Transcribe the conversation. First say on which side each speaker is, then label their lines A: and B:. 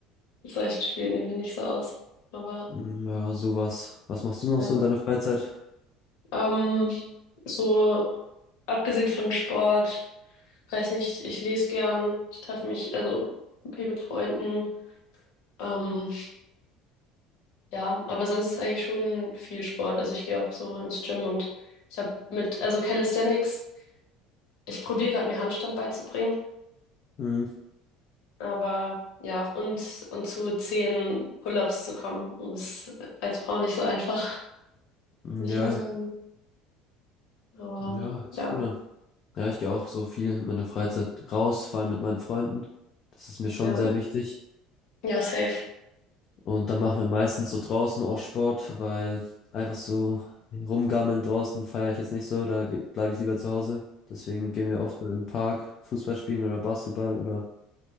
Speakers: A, on the left (about 65°); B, on the left (about 35°).
A: mit solchen Spielen irgendwie nicht so aus. Aber
B: Mm, Ja, sowas. Was machst du noch
A: ja.
B: so in deiner Freizeit?
A: Ähm, so abgesehen von Sport, weiß nicht, ich lese gern, ich treffe mich, also okay mit Freunden. Ähm, Ja, aber sonst ist eigentlich schon viel Sport. Also ich gehe auch so ins Gym und ich habe mit, also Calisthenics, ich probiere gerade mir Handstand beizubringen,
B: Mm,
A: aber ja, und, und zu zehn Pull-ups zu kommen, ist als Frau nicht so einfach, <laughs> will ich
B: Ja,
A: mal sagen. Aber
B: ja, hört
A: ja,
B: sich cool an. Ja, ich gehe auch so viel in meiner Freizeit raus, vor allem mit meinen Freunden. Das ist mir schon
A: ja,
B: sehr wichtig.
A: ja, safe.
B: Und dann machen wir meistens so draußen auch Sport, weil einfach so rumgammeln draußen feiere ich jetzt nicht so, da bleibe ich lieber zu Hause. Deswegen gehen wir oft so im Park Fußball spielen oder Basketball oder